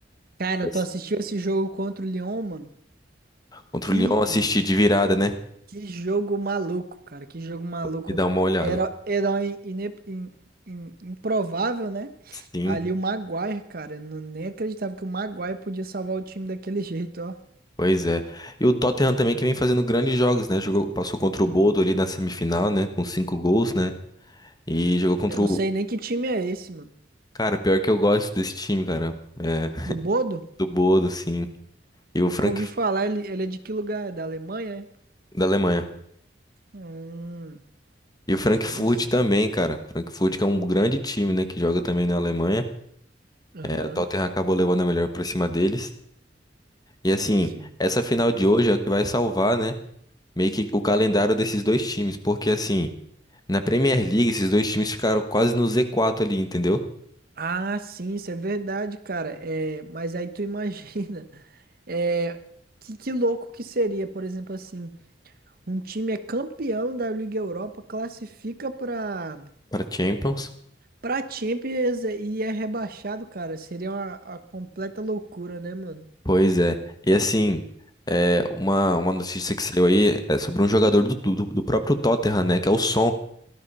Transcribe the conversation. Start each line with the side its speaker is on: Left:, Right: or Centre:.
Right: Cara,
Left: Mas-
Right: tu assistiu esse jogo contra o Lyon, mano?
Left: contra
Right: Que
Left: o Lyon assistir de virada, né?
Right: Que jogo maluco, cara. Que jogo maluco.
Left: E dar uma olhada.
Right: Era, herói ine- in- in- improvável, né?
Left: Sim,
Right: Ali o Maguire, cara. Eu não- nem acreditava que o Maguire podia salvar o time daquele <laughs> jeito, ó.
Left: pois é. E o Tottenham também que vem fazendo grandes jogos, né? Jogou, passou contra
Right: Sim.
Left: o Bodo ali na semifinal, né? Com cinco gols, né? E jogou contra
Right: Eu não
Left: o.
Right: sei nem que time é esse, mano.
Left: Cara, pior que eu gosto desse time, cara. É,
Right: Do Bodo?
Left: do Bodo, sim. E o
Right: Nunca
Left: Frank
Right: ouvi falar. Ele, ele é de que lugar? É Da Alemanha, é?
Left: da Alemanha.
Right: Hum,
Left: E o Frankfurt
Right: interessante.
Left: também, cara. Frankfurt que é um grande time, né? Que joga também na Alemanha.
Right: Aham,
Left: É, o Tottenham acabou levando a melhor pra cima deles. E assim,
Right: sim.
Left: essa final de hoje é o que vai salvar, né? Meio que o calendário desses dois times. Porque assim, na Premier League, esses dois times ficaram quase no Z4 ali, entendeu?
Right: Ah, sim, isso é verdade, cara. É, mas aí tu imagina. <laughs> É, que, que louco que seria, por exemplo, assim. Um time é campeão da Liga Europa, classifica pra,
Left: Pra Champions.
Right: pra Champions e é rebaixado, cara. Seria uma, uma completa loucura, né, mano?
Left: Pois é. E assim, é, uma, uma notícia que saiu aí é sobre um jogador do, do, do próprio Tottenham, né? Que é o Son,